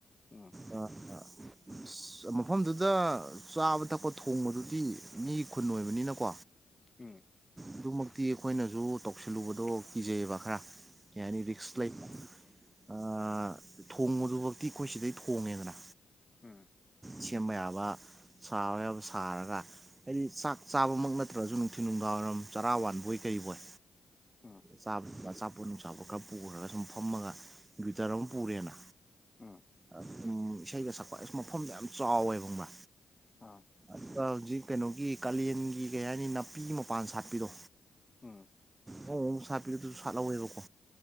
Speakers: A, on the left (about 25°); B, on the right (about 30°).
A: ꯎꯝ
B: ꯑ ꯑ ꯑꯁ ꯃꯐꯝꯗꯨꯗ ꯆꯥꯕ ꯊꯛꯄ ꯊꯣꯡꯕꯗꯨꯗꯤ ꯃꯤꯒꯤ ꯈꯨꯟ ꯑꯣꯏꯕꯅꯤꯅꯀꯣ
A: ꯎꯝ
B: ꯑꯗꯨꯃꯛꯇꯤ ꯑꯈꯣꯏꯅꯖꯨ ꯇꯧꯁꯤꯜꯂꯨꯕꯗꯣ ꯀꯤꯖꯩꯌꯦꯕ ꯈꯔ ꯀꯩ ꯍꯥꯏꯅꯤ ꯔꯤꯛꯁ ꯂꯩ ꯑ ꯊꯣꯡꯕꯗꯨꯕꯛꯇꯤ ꯑꯩꯈꯣꯏ ꯁꯤꯗꯩ ꯊꯣꯡꯉꯦꯗꯅ
A: ꯎꯝ
B: ꯁꯦꯝꯕ ꯌꯥꯕ ꯁꯥꯕ ꯌꯥꯕ ꯁꯥꯔꯒ ꯍꯥꯏꯗꯤ ꯆꯥꯛ ꯆꯥꯕꯃꯛ ꯅꯠꯇ꯭ꯔꯖꯨ ꯅꯨꯡꯊꯤꯟ ꯅꯨꯡꯗꯥꯡꯋꯥꯏꯔꯝ ꯆꯔꯥꯋꯥꯟꯕꯣꯏ ꯀꯩꯕꯣꯏ
A: ꯎꯝ ꯎꯝ
B: ꯆꯥꯕꯗꯖꯨ ꯑꯆꯥꯄꯣꯠ ꯅꯨꯡꯆꯥꯄꯣꯠ ꯈꯔ ꯄꯨꯈ꯭ꯔꯒ ꯁꯨꯝ ꯐꯝꯃꯒ ꯒ꯭ꯋꯔꯤꯇꯔ ꯑꯃ ꯄꯨꯔꯦꯅ
A: ꯎꯝ
B: ꯑ ꯁꯨꯝ ꯏꯁꯩꯒ ꯁꯛꯄ ꯑꯩꯁ ꯃꯐꯝꯗꯣ ꯌꯥꯝ ꯆꯥꯎꯋꯦꯕ ꯈꯪꯕ꯭ꯔꯥ
A: ꯑꯥ
B: ꯑꯗꯨꯒ ꯍꯧꯖꯤꯛ ꯀꯩꯅꯣꯒꯤ ꯀꯥꯂꯦꯟꯒꯤ ꯀꯩ ꯍꯥꯏꯅꯤ ꯅꯥꯄꯤ ꯃꯄꯥꯟ ꯁꯥꯠꯄꯤꯗꯣ
A: ꯎꯝ
B: ꯑꯉꯧ ꯑꯉꯧ ꯁꯥꯠꯄꯤꯗꯨ ꯑꯗꯨꯖꯨ ꯁꯥꯠꯍꯧꯋꯦꯕꯀꯣ